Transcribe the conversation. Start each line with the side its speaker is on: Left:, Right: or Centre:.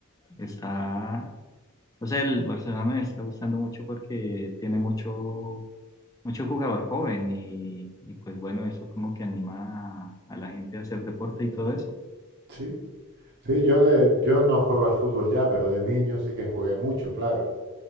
Left: está, o sea, el Barcelona me está gustando mucho porque tiene mucho, mucho jugador joven y, y pues bueno, eso como que anima a, a la gente a hacer deporte y todo eso.
Right: Sí, sí, yo de, yo no juego al fútbol ya, pero de niño sí que jugué mucho, claro,